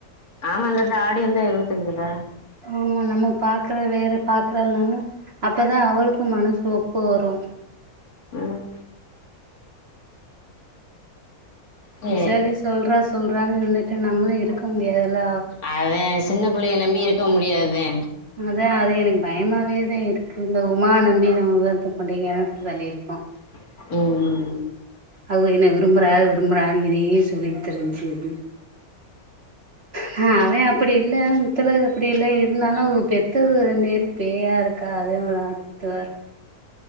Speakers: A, on the left; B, on the right.
A: ஆமா இந்த தா ஆடி வந்தா இருவத்தஞ்சுல
B: ஆமா நம்ம பாக்குற வேற பாக்குறனாலு அப்பதா அவளுக்கு மனசு ஒப்பு வரு
A: ம் சரி
B: விசாலி சொல்றா சொல்றான்னு இருந்துட்டு நம்மளு இருக்க முடியாதுல
A: அதா சின்ன பிள்ளைய நம்பி இருக்க முடியாதுதா
B: அதா அது எனக்கு பயமாவேதா இருக்கு இந்த உமாவ நம் மீன <unintelligible> கொண்டு போய் கிணத்தில தள்ளியிருப்போ
A: ம் ம்
B: அவுக என்ன விரும்புறா விரும்புறாக இதையே சொல்லிகிட் திரிஞ்சு இது ஹ அவன் அப்படி இல்ல முத்தழகு அப்படி இல்ல இருந்தாலு அவுக பெத் த்தவுக ரெண்டு பேர் பேயா இருக்கா அது ஒரு ஆத்துவா இரு